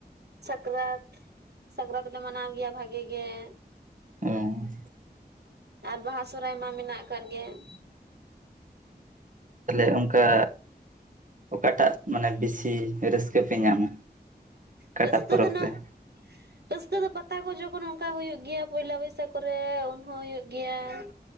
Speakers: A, on the right; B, on the right.
A: ᱥᱟᱠᱨᱟᱛ, ᱥᱟᱠᱨᱟᱛ ᱞᱮ ᱢᱟᱱᱟᱣ ᱜᱮᱭᱟ ᱵᱷᱟᱜᱮ ᱜᱮ ᱾
B: ᱦᱩᱸ᱾
A: ᱟᱨ ᱵᱟᱦᱟ, ᱥᱚᱦᱚᱨᱟᱭ ᱢᱟ ᱢᱮᱱᱟᱜ ᱟᱠᱟᱫ ᱜᱮ ᱾ <inaudible>
B: ᱛᱟᱦᱚᱞᱮ ᱚᱝᱠᱟ ᱚᱠᱟᱴᱟᱜ ᱢᱟᱱᱮ ᱵᱮᱥᱤ ᱨᱟᱹᱥᱠᱟᱹ ᱯᱮ ᱧᱟᱢᱟ? ᱚᱠᱟᱴᱟᱜ
A: ᱨᱟᱹᱥᱠᱟᱹ
B: ᱯᱚᱨᱚᱵᱽ
A: ᱫᱚ ᱱᱟ
B: ᱨᱮ?
A: ᱨᱟᱹᱥᱠᱟᱹ ᱫᱚ ᱯᱟᱛᱟ ᱠᱚ ᱡᱚᱠᱷᱚᱱ ᱚᱱᱠᱟ ᱦᱩᱭᱩᱜ ᱜᱮᱭᱟ, ᱯᱚᱭᱞᱟ ᱵᱚᱭᱥᱟᱠ ᱨᱮ ᱩᱱᱦᱚᱸ ᱦᱩᱭᱩᱜᱭ ᱜᱮᱭᱟ ᱾